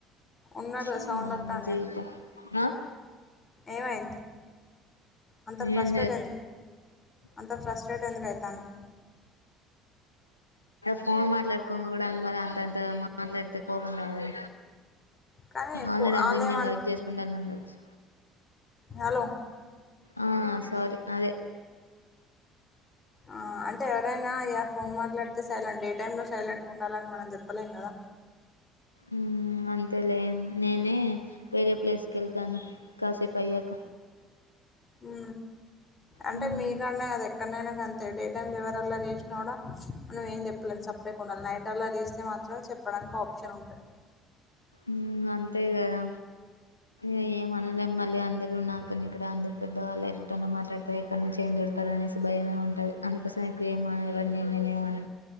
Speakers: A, on the left; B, on the left.
A: ఉన్నారు
B: చి
A: కదా సౌండ్
B: దీనమ్మ
A: వత్తాంది
B: జీవితం ఆ
A: ఏమైంది అంతా ఫ్రస్టేట్
B: ఏం లేదు
A: ఏ అంత ఫ్రస్టేట్ ఎందుకు ఐతన్నవ్
B: ఫోన్ మాట్లాడుకొంగ కూడా అ మా అంత అంత మాట్లాడుతే కోపం రాదా
A: కానీ
B: ఆల్రెడీ
A: వాళ్ళేమనుకు
B: అందరికి నేను వర్క్ చేసుకుంటన్నా అని తెలుసు
A: హలో
B: ఆ సారీ అదే
A: ఆ అంటే ఎవరైనా ఇ ఫోన్ మాట్లాడితే సైలెంట్ ఏ టైంలో సైలెంట్ ఉండాలని మనం చెప్పలేం కదా
B: ఉమ్ అంతేలే నేనే వేరే ప్లేస్ వెళ్తాను కాసేపు అయ్యాక
A: ఉ అంటే
B: మ్మ్
A: మీ కానే కదా ఎక్కడనైనా అంతే డే టైమ్ ఎవరు అల్లరి చేసినా కూడా మనం ఏం చెప్పలేం సప్పుడేకా ఉండాలి నైట్ అల్లరి చేస్తే మాత్రం చెప్పడానికి ఆప్షన్ ఉంటది
B: ఉమ్ అంతే కదా ఏమ్ ఏమనలేము మళ్ళీ అంద ఇ నాకని ఇక్కడ అందరు పెద్దవాళ్ళుటర్ లో మాట్లాడతారు ఇక్కడ నుంచి ఏం తిడతారు అనేసి భయమే ఉంటుది అందుకోసం నాకు ఏమ ఎవరి నేను ఏం అన